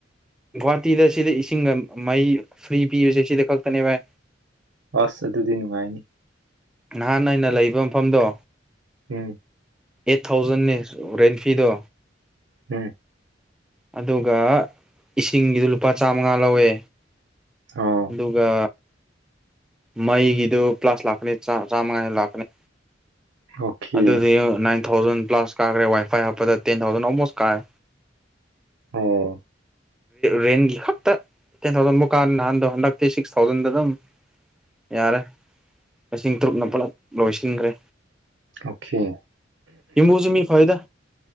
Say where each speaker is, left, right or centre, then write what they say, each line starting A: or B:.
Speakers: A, in the centre; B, on the right.
A: ꯒꯨꯍꯥꯇꯤꯗ ꯁꯤꯗ ꯏꯁꯤꯡꯒ ꯃꯩ ꯐ꯭ꯔꯤ ꯄꯤꯕꯁꯦ ꯁꯤꯗ ꯈꯛꯇꯅꯦꯚꯏ
B: ꯑꯁ ꯑꯗꯨꯗꯤ ꯅꯨꯡꯉꯥꯏꯅꯤ
A: ꯅꯍꯥꯟ ꯑꯩꯅ ꯂꯩꯕ ꯃꯐꯝꯗꯣ
B: ꯎꯝ
A: ꯑꯩꯠ ꯊꯥꯎꯖꯟꯅꯤ ꯔꯦꯟꯐꯤꯗꯣ
B: ꯎꯝ
A: ꯑꯗꯨꯒ ꯏꯁꯤꯡꯒꯤꯗꯨ ꯂꯨꯄꯥ ꯆꯥꯃꯉꯥ ꯂꯧꯋꯦ
B: ꯑꯣ
A: ꯑꯗꯨꯒ ꯃꯩꯒꯤꯗꯨ ꯄ꯭ꯂꯥꯁ ꯂꯥꯛꯀꯅꯤ ꯆꯥꯝꯃꯉꯥ ꯍ ꯂꯥꯛꯀꯅꯤ
B: ꯑꯣꯀꯦ
A: ꯑꯗꯨꯗꯤ ꯅꯥꯏꯟ ꯊꯥꯎꯖꯟ ꯄ꯭ꯂꯁ ꯀꯥꯈ꯭ꯔꯦ ꯋꯥꯏꯐꯥꯏ ꯍꯥꯞꯄꯗ ꯇꯦꯟ ꯊꯥꯎꯖꯟ ꯑꯣꯜꯃꯣꯁ ꯀꯥꯑꯦ
B: ꯑꯣ
A: ꯔꯦꯟꯒꯤ ꯈꯛꯇ ꯇꯦꯟ ꯊꯥꯎꯖꯟ ꯃꯨꯛꯀꯥꯟ ꯅꯍꯥꯟꯗꯣ ꯍꯟꯗꯛꯇꯤ ꯁꯤꯛꯁ ꯊꯥꯎꯖꯟꯗ ꯑꯗꯨꯝ ꯌꯥꯔꯦ ꯂꯤꯁꯤꯡ ꯇꯔꯨꯛꯅ ꯄꯨꯂꯞ ꯂꯣꯏꯁꯤꯟꯈ꯭ꯔꯦ
B: ꯑꯣꯀꯦ
A: ꯌꯨꯝꯕꯨꯁꯨ ꯃꯤ ꯐꯩꯗ